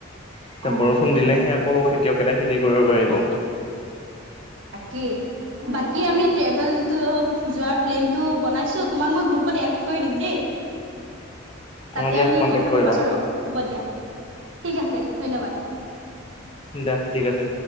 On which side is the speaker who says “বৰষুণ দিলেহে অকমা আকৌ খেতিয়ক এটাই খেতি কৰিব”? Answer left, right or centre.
Left